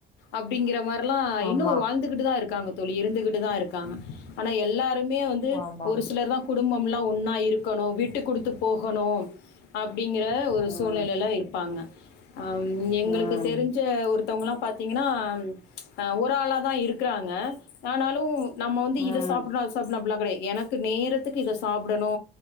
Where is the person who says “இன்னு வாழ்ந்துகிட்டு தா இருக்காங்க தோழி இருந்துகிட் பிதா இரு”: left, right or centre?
Left